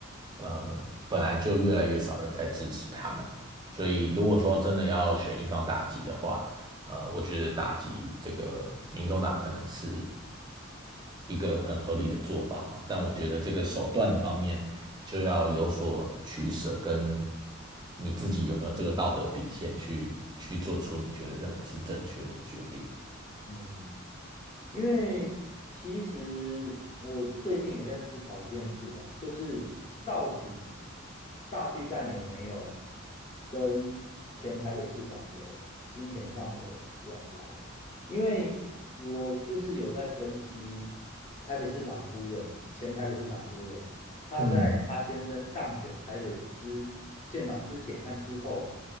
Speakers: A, on the right; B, on the left.
A: 呃，本来就越来越少人在支持他们，所以如果说真的要选一方打击的话，呃，我觉得打击这个民众党可能是一个很合理的做法嘛。但我觉得这个手段方面就要有所取舍，跟你自己有没有这个道德底线去去做出你觉得认为是正确的决定。
B: 嗯因为其实我最近也在思考一件事啦，就是到底大巨蛋有没有跟前台北市长有金钱上的往来？因为我就是有在分析台北市长夫人、前台北市长夫人他在他先生当选台北之县长之前和之后，
A: 嗯